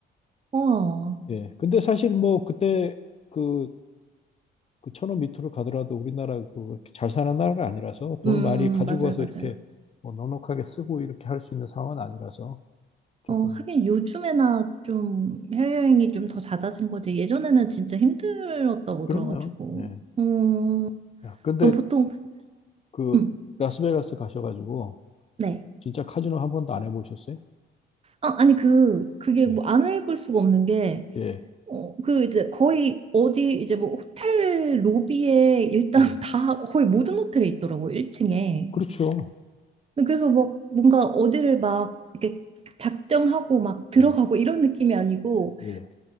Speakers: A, on the right; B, on the left.
A: 우와
B: 예. 근데 사실 뭐 그때 그, 그 천원 밑으로 가더라도 우리나라 그 이렇게 잘 사는 나라가 아니라서 돈을
A: 음, 음,
B: 많이 가지고
A: 음. 맞아요,
B: 와서
A: 맞아요.
B: 이렇게 뭐 넉넉하게 쓰고 이렇게 할 수 있는 상황은 아니라서 조금
A: 어, 하긴 요즘에나 좀 해외여행이 좀 더 잦아진 거지. 예전에는 진짜 힘들었다고
B: 그럼요.
A: 들어가지고.
B: 예.
A: 음,
B: 야, 근데
A: 그럼 보통,
B: 그
A: 음,
B: 라스베가스 가셔가지고
A: 네.
B: 진짜 카지노 한 번도 안 해보셨어요?
A: 아, 아니, 그, 그게
B: 예,
A: 뭐 안 해볼 수가 없는 게,
B: 예,
A: 어, 그 이제 거의 어디 이제 뭐 호텔 로비에 일단
B: 예.
A: <laughs> 다 거의 모든 호텔에 있더라고요, 1층에.
B: 그렇죠.
A: 그래서 막 뭔가 어디를 막 이렇게 작정하고 막 들어가고
B: 예,
A: 이런 느낌이 아니고,
B: 예, 예.